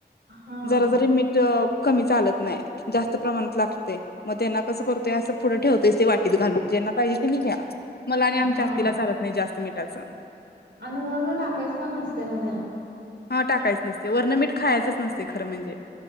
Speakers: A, on the right; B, on the left.
A: हा
B: जरा जरी मीठ अ कमी चालत नाही जास्त प्रमाणात लागतेय मग ते ना कसं करतोय असं पुढं ठेवतोयच ते वाटीत घालून ज्यांना पाहिजे त्यांनी घ्या. मला आणि आमच्या
A: हा.
B: आत्तीला चालत नाही जास्त मीठ त्याचा
A: आणि वरणं टाकायचं पण नसते म्हणे
B: हा टाकायचं नसते वरणं मीठ खायचंच नसते खरं म्हणजे